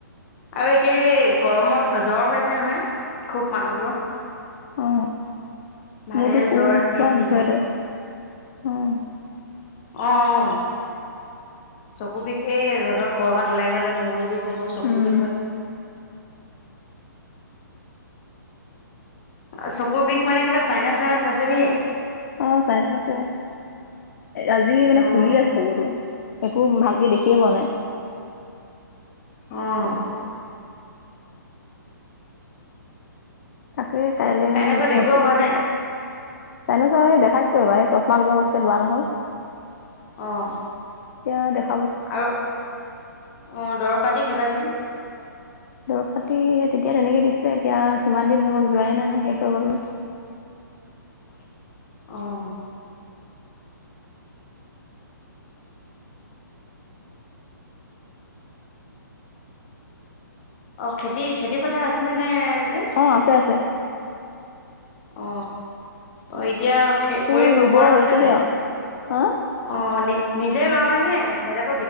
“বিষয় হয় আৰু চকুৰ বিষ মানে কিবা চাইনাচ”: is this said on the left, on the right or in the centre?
Left